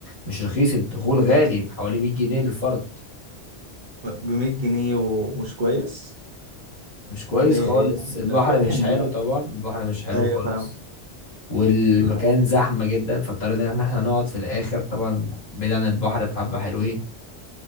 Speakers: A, on the left; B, on the right.
A: مش رخيص الدخول غالي بحوالي 100 جنيه للفرد
B: ب 100 جنيه ومش كويس
A: مش كويس
B: إن هي
A: خالص
B: ايه
A: البحر
B: لا ده
A: مش
B: يعني
A: حلو
B: لا
A: طبعا البحر مش حلو
B: ايوه
A: خالص
B: فاهم
A: والمكان
B: لا
A: زحمة جدا فاضطرينا ان احنا نقعد في الاخر طبعا بعيد عن البحر بحبة حلوين